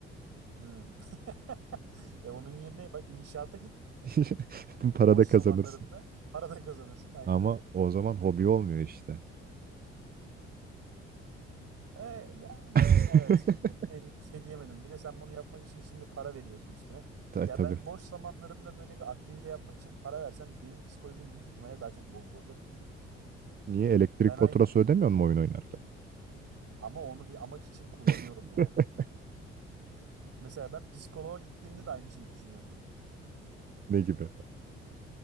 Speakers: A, on the right; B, on the right.
A: Hmm. <laughs> E onun yerine bak inşaata git.
B: <laughs> Para
A: Boş
B: da
A: zamanlarında
B: kazanırsın.
A: para da kazanırsın. Aynen
B: Ama
A: öyle.
B: o zaman hobi olmuyor işte.
A: E, yani
B: <laughs>
A: evet. E, Bir şey diyemedim. Bir de sen bunu yapmak için şimdi para veriyorsun üstüne.
B: Ta-
A: Ya
B: Tabii.
A: ben boş zamanlarımda böyle bir aktivite yapmak için para versem benim psikolojim büyük ihtimalle daha çok bozulurdu.
B: Niye elektrik
A: Ben
B: faturası
A: aynı
B: ödemiyor mu oyun oynarken?
A: ama onu bir amaç için kullanıyorum
B: <laughs>
A: ya. Mesela ben psikoloğa gittiğimde de aynı şeyi düşünüyorum.
B: Ne gibi?